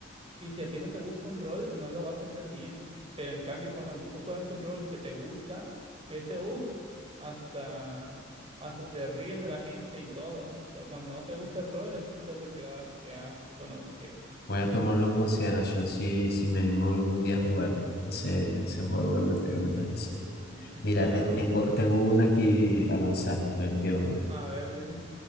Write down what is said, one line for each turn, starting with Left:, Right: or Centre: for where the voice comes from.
Right: y si a ti no te gusta un rol, no lo vas a hacer bien. Pero en cambio, cuando tú juegas un rol que te gusta, ese uff, hasta, hasta te ríes de la gente y todo. Pero cuando no te gusta el rol, así estás de que, ah, qué asco, no sé qué.
Left: Voy a tomarlo en consideración si, si me animo algún día a jugar ese, ese juego que me, que me estás diciendo.
Right: Eh,
Left: Mira,
Right: Claro.
Left: te- tengo, tengo una aquí a lanzar, a ver qué onda.
Right: A ver, dime.